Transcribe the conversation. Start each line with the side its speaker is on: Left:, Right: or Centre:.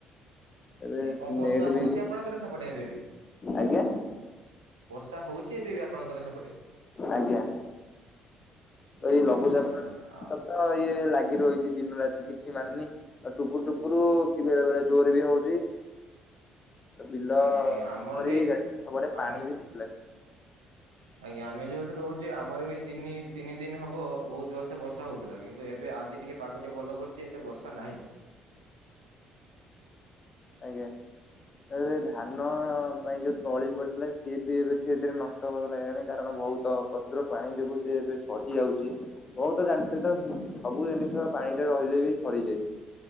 Left: ଏବେ
Right: ଏବଂ ବର୍ଷା
Left: ନେଟ
Right: ହଉଛି
Left: ବି
Right: ଆପଣଙ୍କର ସେପଟେ ଏବେବି?
Left: ଆଜ୍ଞା।
Right: ବର୍ଷା ହଉଛି ଏବେ ବି ଆପଣଙ୍କର ସେପଟେ?
Left: ଆଜ୍ଞା ଏଇ ଲଘୁଚାପଟା
Right: ଆଜ୍ଞା ଆ
Left: ତ ଇଏ ଲାଗି ରହିଛି ଦିନ ରାତି କିଛି ମାନିନି ଆଉ ଟୁପୁରୁ ଟୁପୁରୁ କି ବେଳେ ବେଳେ ଜୋରେ ବି ହଉଛି। ବିଲ
Right: ଆଜ୍ଞା ଆଜ୍ଞା ଆମର
Left: କରି
Right: ବି
Left: ଗା ସବୁଡେ
Right: ଆମେ
Left: ପାଣି ବି ହେଲାଣି।
Right: ଆଜ୍ଞା ଆମେ ଯୋଉଠି ରହୁଛେ ଆମର ବି ତିନି ତିନି ଦିନ ହବ ବହୁତ ଜୋର ସେ ବର୍ଷା ହଉଥିଲା କିନ୍ତୁ ଏବେ ଆଜି ଟିକେ ପାଗ ଟିକେ ଭଲ କରିଛି ଏତେ ବର୍ଷା ନାହିଁ।
Left: ଆଜ୍ଞା ଏ ଧାନ
Right: ଆଜ୍ଞା।
Left: ପାଇଁ ଯୋଉ ତଳି ପଡି ଥିଲା ସିଏ ବି ଏବେ ଧୀରେ ଧୀରେ ନଷ୍ଟ ହବାକୁ ଲାଗିଲାଣି କାରଣ ବହୁତ ପ୍ରଚୁର ପାଣି ଯୋଗୁ ସି ଏବେ ସଢି ଯାଉଛି। ହଉ ତ ଜାଣିଥିଲି ତ ସବୁ ଜିନିଷ ପାଣିରେ ରହିଲେ ବି ସଡିଯାଏ।